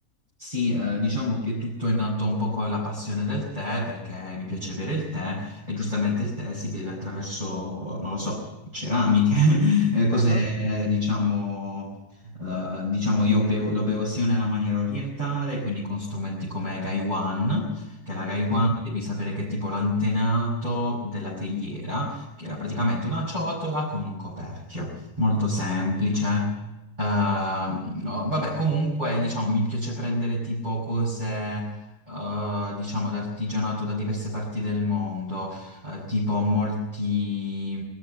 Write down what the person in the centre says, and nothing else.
ah, ah,
ah,